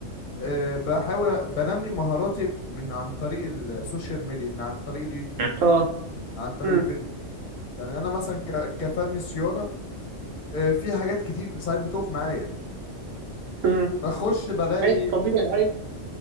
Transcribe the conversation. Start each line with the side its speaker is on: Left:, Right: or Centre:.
Left: آه، بحاول بنمي مهاراتي من عن طريق السوشيال ميديا من عن طريق اليوتيوب
Right: اه
Left: عن طريق
Right: مم.
Left: الفيديو يعني انا مثلا ك- كفني صيانه آه، في حاجات كتير ساعات بتقف معايا
Right: مم.
Left: بخش بلاقي
Right: عايز طبيعي عايز